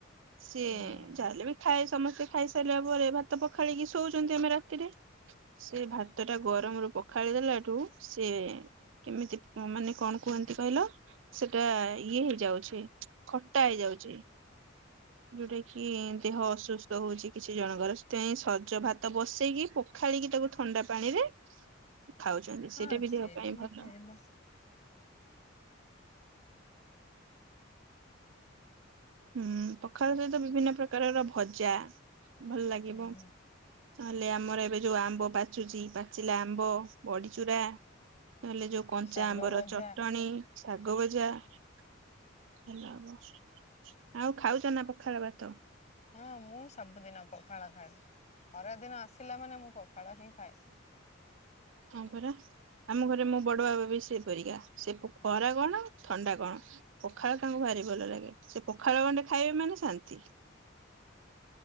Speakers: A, on the right; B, on the left.
A: ସିଏ
B: ହୁଁ।
A: ଯାହେଲେ ବି ଖାଇଆ ସମସ୍ତେ ଖାଇସାଇଲା ପରେ ଭାତ ପଖାଳିକି ଶୋଉଚନ୍ତି ଆମେ ରାତିରେ। ସେ ଭାତଟା ଗରମରୁୁ ପଖାଳି ଦେଲାଠୁ ସିଏ କେମିତି ମାନେ କଣ କୁହନ୍ତି କହିଲ ସେଟା ଇଏ ହେଇଯାଉଛି ଖଟା ହେଇଯାଉଚି। ଯୋଉଟା କି ଦେହ ଅସୁସ୍ଥ ହଉଚି କିଛି ଜଣଙ୍କର ସେଥିପାଇଁ ସଜ ଭାତ ବସେଇକି ପ ଏତାକୁ ଥଣ୍ଡା ପାଣିରେ ଖାଉଚନ୍ତି
B: ହଁ
A: ସେଇଟା ବି
B: ସେ
A: ଦେହ ପାଇଁ
B: ହେଇପାରିବ
A: ଭଲ। ହୁଁ ପଖାଳ ସହିତ ବିଭିନ୍ନ ପ୍ରକାରର ଭଜା ଭଲ ଲାଗିବ।
B: ହୁଁ
A: ନହେଲେ ଆମର ଏବେ ଯୋଉ ଆମ୍ବ ପାଚୁଚି ପାଚିଲା ଆମ୍ବ ବଡ଼ି ଚୁରା। ତାହେଲେ ଯୋଉ କଞ୍ଚା
B: ଶାଗ
A: ଆମ୍ବର
B: ଭଜା
A: ଚଟଣି ଶାଗ ଭଜା ଭଲ ହବ। ଆଉ ଖାଉଚ ନା ପଖାଳ ଭାତ?
B: ହଁ ମୁଁ ସବୁଦିନ ପଖାଳ ଖାଏ ଖରା ଦିନ ଆସିଲା ମାନେ ମୁଁ ପଖାଳ ହିଁ ଖାଏ।
A: ହଁ ପରା ଆମ ଘରେ ମୋ ବଡ଼ ବାବା ବି ସେଇ ପରିକା ସେ ପ ଖରା କଣ ଥଣ୍ଡା କଣ ପଖାଳ ତାଙ୍କୁ ଭାରି ଭଲ ଲାଗେ ସେ ପଖାଳ ଗଣ୍ଡେ ଖାଇବେ ମାନେ ଶାନ୍ତି।